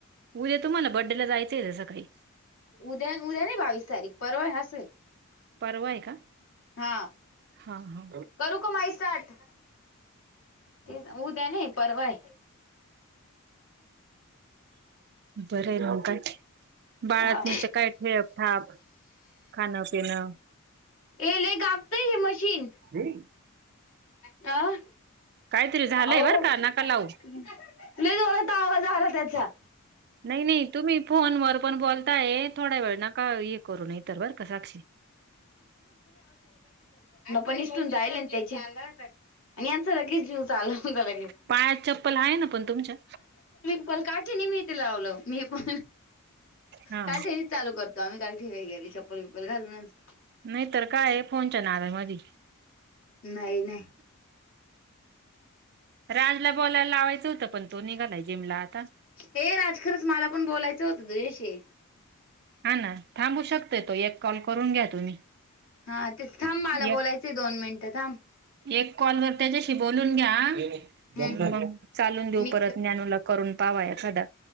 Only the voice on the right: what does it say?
उद्या तुम्हाला बड्डे ला जायचंय सकाळी
परवा आहे का
हा हा
बरं आहे मग काय बाळातच
काय ठेप ठाप खाणं पिणं
ह
काहीतरी झालंय
बर का नका
लावू
नाही नाही तुम्ही फोनवरर पण बोलताय थोड्या वेळ नका हे करू न इ तरर बर का साक्षी
पाया चप्पल आहे ना पण तुमच्या
हा
नाही तरर काय फोनच्या नाार मधी
राजला बोलायला लावायचं होतं पण तो निघालाय जिमला आता.
हा ना थांबू शकते तो एक कॉल करून घ्या तुम्ही
एक
एक कॉलवर त्याच्याशी बोलून घ्या मग
चालून देऊ
परत ज्ञानलक्ष करून पावा एखादा